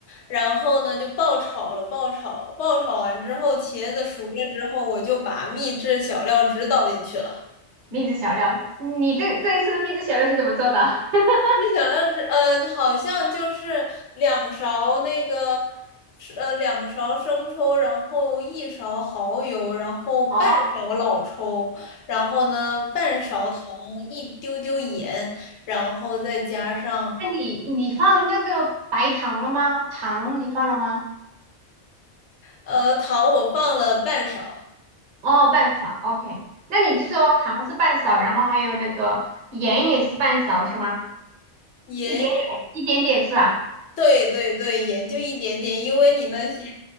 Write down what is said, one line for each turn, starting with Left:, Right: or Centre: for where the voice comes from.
Left: 然后呢就爆炒了，爆炒，爆炒完之后，茄子熟了之后，我就把秘制小料汁倒进去了。
Right: 秘制小料，你这这一次的秘制小料是怎么做的？<laughs>
Left: 秘制小料汁，嗯、好像就是两勺那个，是呃，两勺生抽，然后一勺蚝油，然后半勺老抽，
Right: 哦，
Left: 然后呢半勺糖，一丢丢盐，然后再加上。
Right: 那你你放那个白糖了吗？糖你放了吗？
Left: 呃，糖我放了半勺，
Right: 哦，半勺，OK。那你就说糖是半勺，然后还有那个盐也是半勺，是吗？
Left: 盐也，
Right: 一点点，一点点是吧？
Left: 对对对，盐就一点点，因为你那些